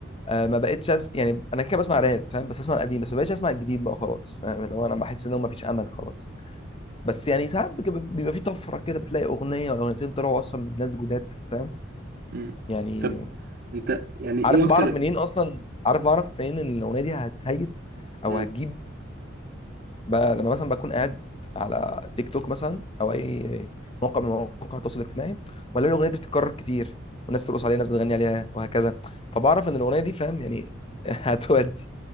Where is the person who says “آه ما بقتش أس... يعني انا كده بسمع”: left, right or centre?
Left